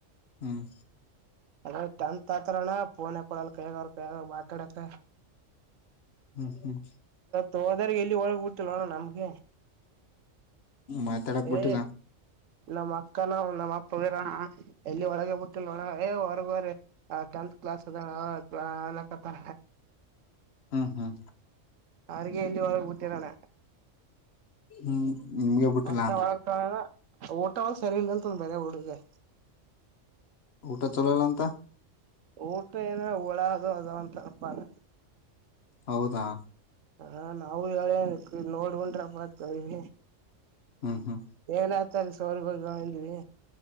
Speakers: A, on the left; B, on the right.
A: ಹ್ಮ್.
B: ಅದ ಟೆಂತ್ ಆತರಣ ಫೋನ್ ಕೊಡಲ್ಲ ಕೈಗೆ ಮಾತಾಡಕ.
A: ಹ್ಮ್ ಹ್ಮ್.
B: ಹೋದಾರ ಎಲ್ಲಿ ಒಳಗ್ ಬಿಟ್ಟಲಣ್ಣ ನಮ್ಗೆ.
A: ಮಾತಾಡಕ್ ಬಿಟ್ಟಿಲ್ಲ
B: ಏ ನಮ್ಮ್ ಅಕ್ಕನ ನಮ್ಮ್ ಅಪ್ಪಗೀರ ಎಲ್ಲಿ ಒಳಗೆ ಗೊತ್ತಲ್. ಹ ಏ ಹೊರ್ಗರ ಟೆಂತ್ ಕ್ಲಾಸ್ ಅದ ಕತೆ
A: ಹ್ಮ್ ಹ್ಮ್
B: ಅವ್ರಿಗೆ ಎಲ್ಲಿ ಹೋಗಬಟ್ಟಿರಣ
A: ಹ್ಮ್ ನಿಮ್ಗೆ ಬಿಟ್ಟಿಲ್ಲ
B: ಮತ್ತೆ ಒಳಗ್ತ ಊಟವಲ್ ಸರಿ ಇಲ್ಲ ಅಲ್ ತುಂದ ಬೇರೆ ಊಡುಗೆ
A: ಊಟ ಚಲೋ ಇಲ್ಲ ಅಂತ
B: ಊಟ ಏನ್ ಹಳ ಅದು ಅದ ಅಂತಪ್ಪಾನ
A: ಹೌದಾ
B: ಹಾ ನಾವು ಹೇಳ ನೋಡ್ ಉಂಟ್ರ ಬತ್ ಕವಿ
A: ಹ್ಮ ಹ್ಮ
B: ಏನಾಯಯ್ತ ಅಲ್ಲಿ ಸೋರ್ ಹೋಗ್ಂದಿವವಿ